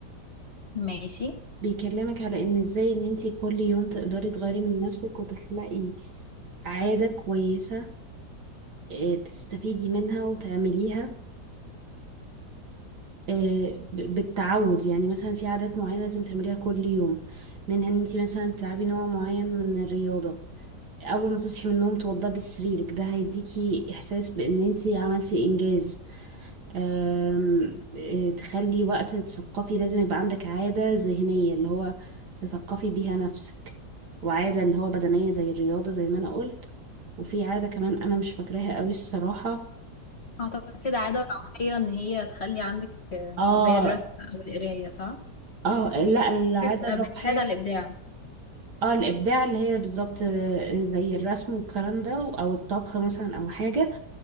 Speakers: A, on the left; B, on the right.
A: ماشي
B: بيكلمك على ان ازاي ان انتي كل يوم تقدري تغيري من نفسك وتخلقي عادة كويسة آه، تستفيدي منها وتعمليها آه، ب- بالتعود يعني مثلا في عادات معينة لازم تعمليها كل يوم منها ان انتي مثلا تلعبي نوع معين من الرياضة اول ما تصحي من النوم توضبي سريرك ده هيديكي احساس بان انتي عملتي انجاز آم، آه، تخلي وقت تثقفي لازم يبقى عندك عادة ذهنية اللي هو تثقفي بيها نفسك وعادة اللي هو بدنية زي الرياضة زي ما انا قلت وفي عادة كمان انا مش فاكراها قوي الصراحة
A: اعتقد عادة روحية ان هي تخلي عندك آه،
B: اه
A: زي الرسم او القراية صح؟
B: اه آه، لا العادة
A: بتبقى
B: الروحية
A: بتساعد على الابداع
B: اه الابداع اللي هي بالظبط آه، زي الرسم والكلام ده او الطبخ مثلا او حاجه